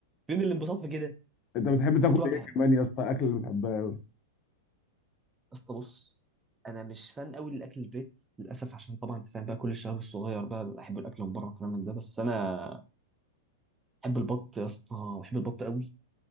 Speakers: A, on the right; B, on the left.
A: فين الانبساط في كده
B: انت بتحب تاكل
A: اموت وافهم
B: ايه كمان يا اسطى الاكل اللي بتحبها أوي.
A: اسطى بص انا مش فان قوي للاكل البيت للاسف عشان طبعا انت فاهم بقى كل الشباب الصغير بقى بحب الاكل من بره والكلام من ده بس انا بحب البط يا اسطى بحب البط قوي